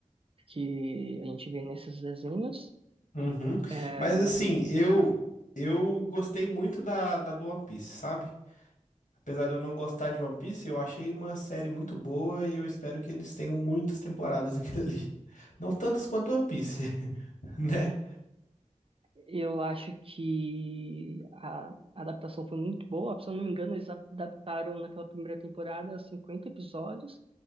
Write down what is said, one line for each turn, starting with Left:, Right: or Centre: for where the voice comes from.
Right: que a gente vê nesses desenhos.
Left: uhum.
Right: Eh,
Left: Mas assim, eu eu gostei muito da, da do One Piece, sabe? Apesar de eu não gostar de One Piece, eu achei uma série muito boa e eu espero que eles tenham muitas temporadas <laughs> naquilo ali. Não tantas quanto One Piece, <laughs> né?
Right: eu acho que a a adaptação foi muito boa. Se eu não me engano, eles adaptaram naquela primeira temporada 50 episódios